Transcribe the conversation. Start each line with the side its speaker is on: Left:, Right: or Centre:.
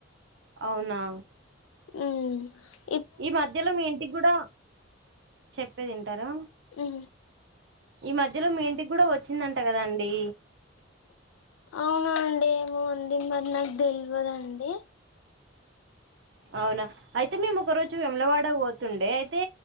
Right: అవునా
Left: మ్
Right: ఈ మధ్యలో మీ ఇంటికి కూడా చెప్పేదింటారా
Left: ఉ
Right: ఈ మధ్యలో మీ ఇంటికి కూడా వచ్చిందంట కదాండి?
Left: అవున అండి ఏమో అండి మరి నాకు తెలివదండి.
Right: అవునా అయితే మేము ఒక రోజు విములవాడ పోతుండే అయితే